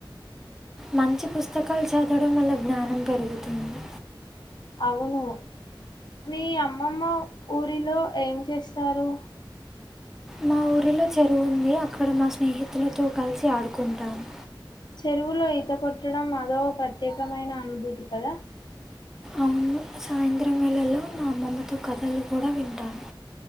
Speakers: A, in the centre; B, on the left.
A: మంచి పుస్తకాలు చదడం వల్ల జ్ఞానం పెరుగుతుంది
B: అవును మీ అమ్మమ్మ ఊరిలో ఏం చేస్తారు
A: మా ఊరిలో చెరువు ఉంది అక్కడ మా స్నేహితులతో కలిసి ఆడుకుంటాను
B: చెరువులో ఈత కొట్టడం అదో ప్రత్యేకమైన అనుభూతి కదా
A: అవును సాయంత్రం వేళలో నా అమ్మమ్మతో కథలు కూడా వింటాను